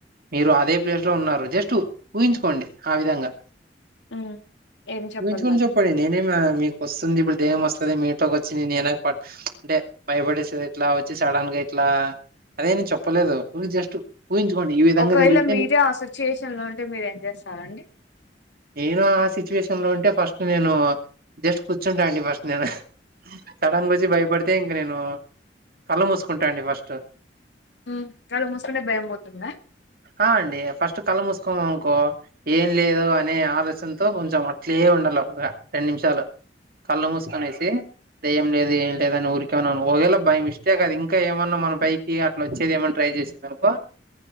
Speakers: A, on the right; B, on the left.
A: మీరు అదే ప్లేసులో ఉన్నారు జస్ట్ ఊహించుకోండి ఆ విధంగా
B: ఉమ్ ఏం చెప్పాలని
A: ఊహించుకొని చెప్పండి నేనేమీ మీకు వస్తుంది ఇప్పుడు దయ్యం వస్తాది మీ ఇంట్లోకి వచ్చి నీనేక ప అంటే భయపడిస్తాది ఇట్లా వచ్చి సడన్గా ఇట్లా అదేమి చెప్పలేదు ఊకే జస్ట్ ఊహించుకోండి ఈ విధంగా
B: ఒకవేళ
A: జరిగితే
B: మీరే ఆ సిచ్యుయేషన్‌లో ఉంటే మీరు ఏం చేస్తారండి
A: నేను ఆ సిచ్యువేషన్‌లో ఉంటే ఫస్ట్ నేను జస్ట్ కూర్చుంటా అండి ఫస్ట్ నేను సడన్‌గా వచ్చి భయపడితే ఇంక నేను కళ్ళు మూసుకుంటా అండి ఫస్ట్
B: ఉమ్మ్ కళ్ళు ముసుకుంటే భయం పోతుందా
A: ఆ అండి ఫస్ట్ కళ్ళు మూసుకున్నామనుకో ఏం లేదు అ అనే ఆలోచనతో కొంచెం అట్లే ఉండాల ఒక రెండు నిమిషాలు కళ్ళు మూసుకంనేసి దయ్యం లేదు ఏం లేదని ఊరికే ఉన్నావ్ ఒకవేళ బై మిస్టేక్ అది ఇంకా ఏమన్నా మన పై కి అట్లా వచ్చేది ఏమన్నా ట్రై చేసిందనుకో